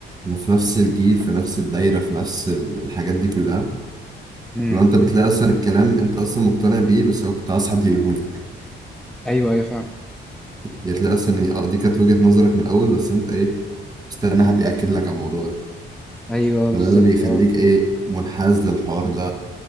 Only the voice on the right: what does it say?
انا في نفس الجيل في نفس الدايره في نفس ال- الحاجات دي كلها
لو انت بتلاقي اصلا الكلام انت اصلا مقتنع بيه بس هو كنت عايز حد يقوله لك
يعني تلاقي اصلا إيه، اه دي كانت وجهة نظرك من الاول بس انت ايه مستني حد ياكد لك على الموضوع ده
فده
اللي بيخليك
ايه منحاز للحوار ده